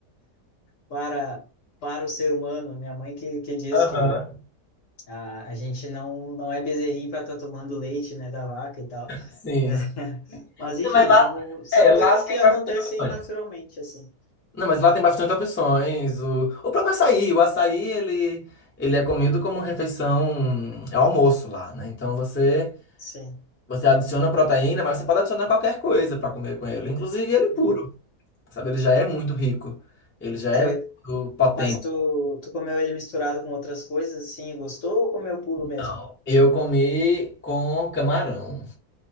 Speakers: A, on the left; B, on the left.
A: para para o ser humano. A minha mãe que, que diz
B: aham.
A: que a, a gente não, não é bezerrinho para estar tá tomando leite, né, da vaca e tal.
B: Sim.
A: É. <laughs>
B: sim.
A: Mas, enfim,
B: Não, Mas lá,
A: são, são
B: é, lá
A: coisas que
B: tem
A: acontecem
B: bastante opções.
A: naturalmente, assim.
B: Não, mas lá tem bastante opções. O, o próprio açaí, o açaí, ele, ele é comido como refeição, é almoço lá, né? Então você,
A: Sim.
B: você adiciona proteína, mas você pode adicionar qualquer coisa para comer com ele, inclusive ele puro.
A: Uhum.
B: sabe? Ele já é muito rico, ele já
A: É,
B: é muito
A: eu-
B: potente.
A: mas tu, tu comeu ele misturado com outras coisas, assim, e gostou ou comeu puro mesmo?
B: Não, eu comi com camarão.